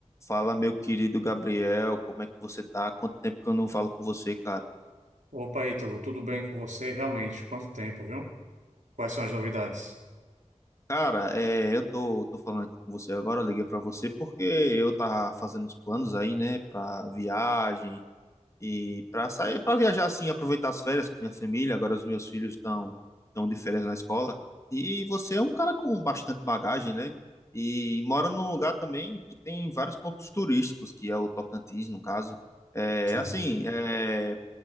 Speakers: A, on the left (about 25°); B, on the right (about 80°).
A: Fala, meu querido Gabriel, como é que você tá? Quanto tempo que eu não falo com você, cara?
B: Opa, Ítalo, tudo bem com você? Realmente, quanto tempo, viu? Quais são as novidades?
A: Cara, é, eu tô, tô falando aqui com você agora, eu liguei pra você porque eu tava fazendo os planos aí, né, pra viagem e pra sair, pra viajar assim, aproveitar as férias com minha família. Agora os meus filhos estão estão de férias na escola. E você é um cara com bastante bagagem, né? E mora num lugar também que tem vários pontos turísticos, que é o Tocantins, no caso. É
B: Sim.
A: assim, é,